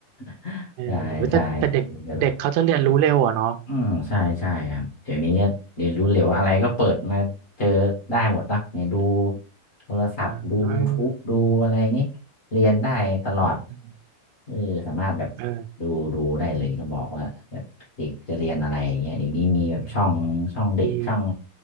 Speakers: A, on the left (about 85°); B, on the right (about 85°).
A: <laughs>
B: เออแต่แต่เด็กเด็กเขาจะเรียนรู้เร็วอ่ะเนาะ
A: ใช่ใช่อ อืมใช่ใช่ครับเดี๋ยวนี้เรียนรู้เร็วอะไรก็เปิดมาเจอได้หมดนะเนี่ยดูโทรศัพท์ดู
B: อ่า
A: YouTube ดูอะไรนี่เรียนได้ตลอด
B: อืม
A: เออสามารถแบบ
B: เออ
A: ดูดูได้เลยก็บอกว่าแบบเด็กจะเรียนอะไรอย่างเงี้ยเดี๋ยวนี้มีแบบช่องช่องเด็กช่อง
B: อืมดี